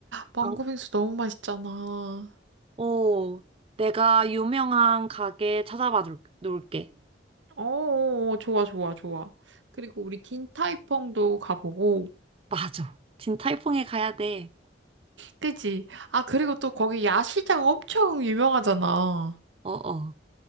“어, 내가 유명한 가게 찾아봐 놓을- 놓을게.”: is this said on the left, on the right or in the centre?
Right